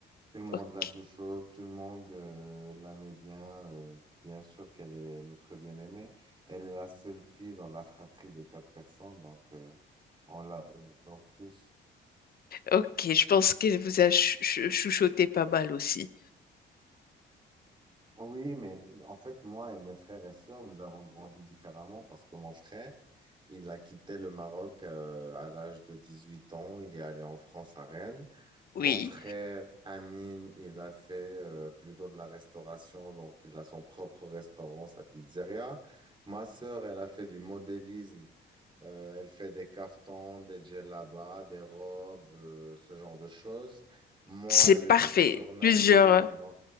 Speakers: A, on the right; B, on the left.
A: Tout le monde
B: Ok,
A: la chouchoute, tout le monde euh, l'aimait bien, euh, bien sûr qu'elle est notre bien-aimée. Elle est la seule fille dans la fratrie de quatre personnes, donc euh, on l'adore tous.
B: ok. Je pense qu'elle vous a chou- chou- chouchouté pas mal aussi.
A: Oui, mais en fait, moi et mes frères et sœurs, nous avons grandi différemment parce que mon frère, il a quitté le Maroc euh, à l'âge de 18 ans. Il est allé en France à Rennes.
B: Oui,
A: Mon frère Amine, il a fait euh, plutôt de la restauration, donc il a son propre restaurant, sa pizzeria. Ma sœur, elle a fait du modélisme. Euh, elle fait des caftans, des djellabas, des robes, euh, ce genre de choses. Moi,
B: c'est
A: j'ai
B: parfait.
A: fait du journalisme,
B: Plusieurs
A: donc